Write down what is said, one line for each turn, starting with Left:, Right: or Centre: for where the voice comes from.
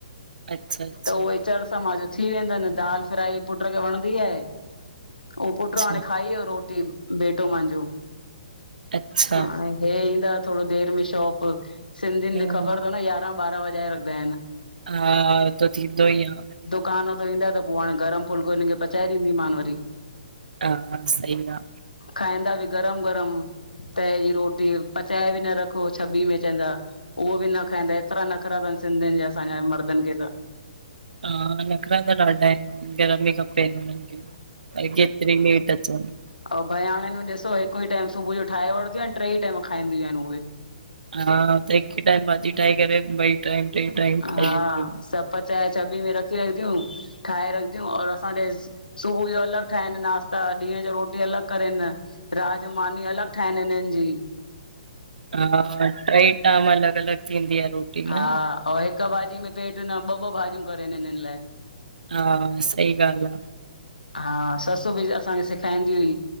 Right: अच्छा अच्छा
Left: त वुई चर समाजां थी वेंदिन हिनि दाल फ्राई पुट खे वणंदी आ। ओ पुट हाणे
Right: अच्छा
Left: खाई वयो रोटी, बेटो मांजो
Right: अच्छा
Left: हाणे हे ईंदा, थोरो देर में शॉप सिन्धियनि
Right: हम्म
Left: जी ख़बर कोने, यारहां- ॿारहं वजाए रखंदा आहिनि।
Right: हा, हो त थीदो ईयं
Left: दुकान त ईंदा त पो हाणे गरम फुलको, हिन खे पचाए ॾींदीमान वरी
Right: हा सही आ।
Left: खाईंदा ॿि गरम -गरम तए जी रोटी पचाए बि न रखो, छबी में चवंदा उहो बि न खाईंदा एतिरा नखरा तनि सिन्धियनि जे असांजे मर्दन खे त
Right: हा, नख़रा त ॾाढा आहिनि, गरम बि खपे हिननि खें चाहे केतरी भी लेट अचनि।
Left: अ भयाणिन में ॾिसो हिकु ई टाइम सुबुह जो ठाहे वठंदियूं हिनि, ट्रेर्ई टाइम खाईंदियूं हिनि, उई
Right: हा त हिकु टाइम भाॼी ठाहे करे, ॿई टाइ ट्रे टाइम
Left: हा
Right: खाईयूंदी
Left: सभु पचाए चाॿी में रखीदियूं ठाहे रखंदियूं और असांजे सुबुह जो अलॻ ठाहिन नाश्ता ॾींहु जो रोटी अलॻ करेन न राज मानी अलॻ ठाहिनि हिनन जी
Right: हा ट्रेई टाईम अलॻ -अलॻ थींदी आ, रोटी न।
Left: हा, ओ हिकु भाॼी में पेट न, ॿ- ॿ भाॼियूं करेन हिननि लाइ
Right: हा सही ॻाल्हि आ।
Left: हा, ससु बि असांखे सेखारींदी हुई,